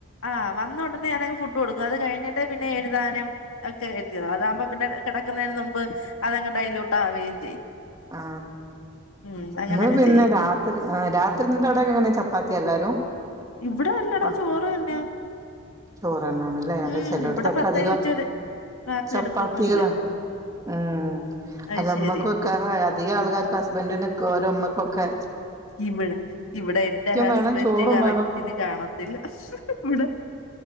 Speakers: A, on the left (about 80°); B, on the right (about 15°).
A: ആ വന്നൊടനെയാണെങ്കി ഫുഡ് കൊട്ക്കും അത് കഴിഞ്ഞിട്ട് പി ന്നെ എഴ്താനും ഒക്കെ എത്തിയത് അതാകുമ്പോ പിന്നെ കെടക്കുന്നേന് നുമ്പ് അതങ്ങ് ഡൈലൂട്ട് ആവുകയും ചെയ്യും
B: ആ
A: ഉം അങ്ങനങ്ങ്
B: ങ്ങൾ പിന്നെ
A: ചെയ്യാം
B: രാത്രി ആ രാത്രി ന്തവ്ടെങ്ങനെ ചപ്പാത്ത്യാ എല്ലാരും
A: ഇവിടെ അല്ലടാ
B: പ
A: ചോറ് തന്നെ
B: ചോറ് തന്നെ ആണല്ലേ അല്ല
A: ഉം
B: ചെല്ലോട്ത്തൊക്കെ
A: ഇവിടെ പ്രത്യേകിച്ച്
B: അധികം
A: ഒരു കാപ്പി
B: ചപ്പാത്തികളാ
A: എടുപ്പൊന്നുമില്ല
B: ആ
A: അത്
B: അല്ലമ്മക്ക്
A: ശരി
B: അതികാൾകാർക്കും ഹസ്ബൻഡിന്ക്ക് ഓരെമ്മക്കൊക്കെ
A: ഇവ്ടെ ഇവ്ടെ എന്റെ ഹസ്ബൻഡ്
B: വേണം ചോറും
A: കറക്റ്റ്ന്
B: വേണം
A: കാണത്തില്ല വ്ടെ